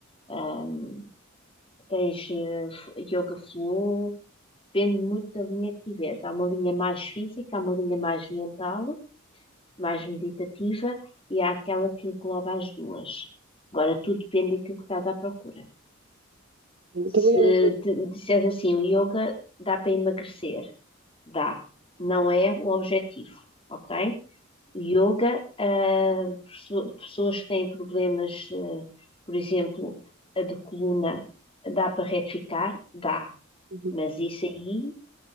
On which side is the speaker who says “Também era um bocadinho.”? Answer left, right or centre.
Right